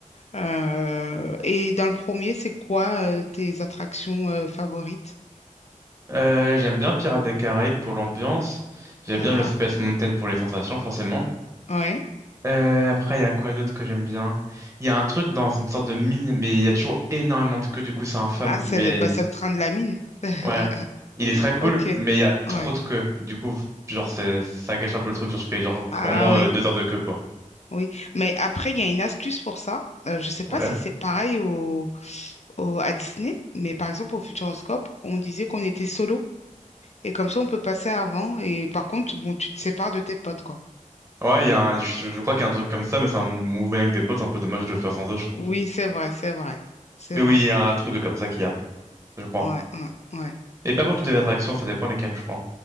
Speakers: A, on the left (about 55°); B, on the right (about 20°).
A: Euh, et dans le premier, c'est quoi euh, tes attractions euh, favorites?
B: Euh, j'aime bien Pirates des Caraïbes pour l'ambiance. J'aime
A: D'accord.
B: bien le Space Mountain pour les sensations, forcément.
A: Ouais.
B: Euh, après, il y a quoi d'autre que j'aime bien? Il y a un truc dans une sorte de mine, mais il y a toujours énormément de queues, du coup, c'est infâme,
A: Ah, c'est
B: mais
A: le, bah, c'est le train de la mine. <laughs>
B: ouais. Il est très cool,
A: Ok.
B: mais il y a trop
A: Ouais.
B: de queues. Du coup, genre, c'est, ça gâche un peu le truc. Genre, je fais genre
A: Ah
B: vraiment
A: oui,
B: euh, deux heures de queue, quoi.
A: oui. Mais après, il y a une astuce pour ça. Euh, je ne sais
B: Ouais.
A: pas si c'est pareil au, au- à Disney, mais par exemple au Futuroscope, on disait qu'on était solo. Et comme ça, on peut passer avant. Et par contre, bon, tu te sépares de tes potes, quoi.
B: Ouais, il y a un- je, je crois qu'il y a un truc comme ça, mais c'est un mouvement avec des potes, c'est un peu dommage de le faire sans eux, je trouve.
A: Oui, c'est vrai, c'est vrai. C'est
B: Mais oui,
A: vrai.
B: il y a un truc comme ça qu'il y a, je crois.
A: Ouais, ouais, ouais.
B: Et pas pour toutes les attractions, ça dépend lesquelles, je crois.